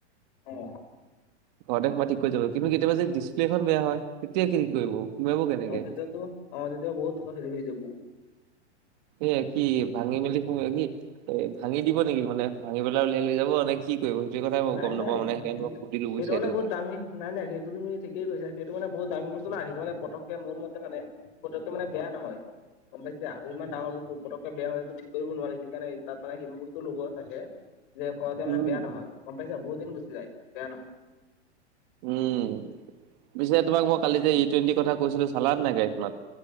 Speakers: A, on the left (about 45°); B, on the right (about 40°).
A: অহ',
B: ঘৰতে সোমাই ঠিক কৰি যাব কিন্তু কেতিয়াবা যে ডিছপ্লে এখন বেয়া হয় তেতিয়া কি কৰিব ওলাব কেনেকে?
A: অ তেতিয়াতো অ, তেতিয়া বহুত তোমাৰ হেৰি হৈ যাব।
B: এ কি ভাঙি মেলি সোমাই কি এ ভাঙি দিব নেকি মানে ভাঙি পেলাই উলিয়াই লৈ যাব নে কি কৰিব সেইটো কথা মই
A: নাই
B: গম
A: নাই
B: নাপাওঁ মানে সেইকাৰণে
A: সেইটো
B: মই সুধিলো
A: সেইটো
B: বুজিছা
A: মানে
B: এইটো কথা।
A: বহুত দামী নাই নাই সেইটো তুমি ঠিকেই কৈছা, সেইটো মানে বহুত দামী বস্তু না সেইটো মানে পতককে মোৰ মতে মানে পটককে মানে বেয়া নহয়। গম পাইছে আৰু ইমান ডাঙৰ বস্তু পটককে বেয়া হলে ঠিক কৰিব নোৱাৰি, সেইকাৰণে তাত মান সেইবোৰ বস্তু লগোৱা থাকে। যে ক তে মানে
B: উম
A: বেয়া নহয় গম পাইছা বহুত দিন যায়, বেয়া নহয়।
B: উম পিছে তোমাক মই কালি যে ই টুৱেণ্টিৰ কথা কৈছিলো চালা নাই গাড়ীখনত?